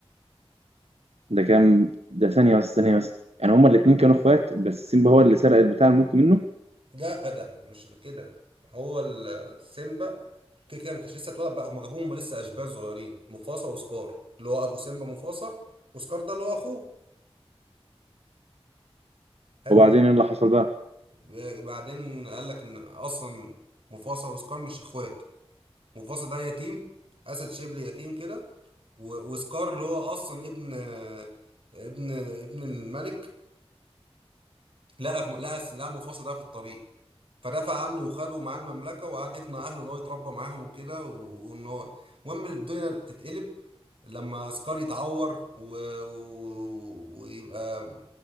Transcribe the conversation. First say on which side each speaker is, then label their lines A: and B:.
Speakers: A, on the right; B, on the right.
A: ده كان ده ثانية بس ثانية بس يعني هما الاتنين كانوا اخوات بس سيمبا هو اللي سرق البتاع الملك منه
B: لا ده مش كده هو ال- سيمبا كده كده ما كانش لسه اتولد بقى هم جابوهم هما لسه اشبال صغيرين مفاصة وسكار اللي هو ابو سيمبا مفاصة وسكار ده اللي هو اخوه حلو
A: وبعدين
B: كده
A: ايه اللي حصل بقى
B: ب- بعدين قال لك ان اصلا مفاصة وسكار مش اخوات مفاصة ده يتيم اسد شيبلي يتيم كده و- وسكار اللي هو اصلا ابن ابن ابن الملك لقى لقى لقى مفاصة ده في الطريق فدافع عنه وخده معاه المملكة وقعد يقنع أهله إن هو يتربى معاهم وكده وإن هو المهم الدنيا تتقلب لما سكار يتعور و... و... ويبقى